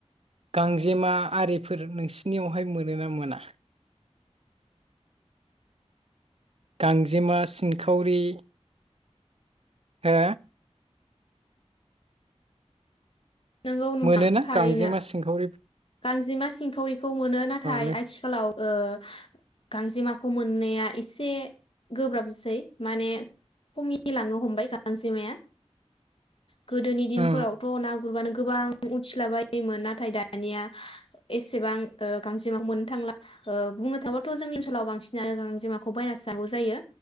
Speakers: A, on the right (about 60°); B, on the left (about 50°).
A: गांजेमा आरिफोर नोंसिनियावहाय मोनो ना मोना? गांजेमा, सिनखावरि हो
B: नंगौ नोंथां
A: मोनोना
B: थारैनो
A: गांजेमा सिंखावरि?
B: गांजेमा सिंखावरिखौ मोनो नाथाय
A: नों
B: आथिखालाव ओ गांजेमा खौ मोननाया एसे गोब्राबसै माने खमि लांनो हमबाय गांजेमाया। गोदोनि दिनफोरावथ'
A: ओं
B: ना गुरबानो गोबां उथिलाबायोमोन नाथाय दा दानिया एसेबां ओ गांजेमाखौ मोननो थांला ओ बुंनो थाङोबाथ' जोंनि ओनसोलाव बांसिनानो गांजेमाखौ बायनासोनांगौ जायो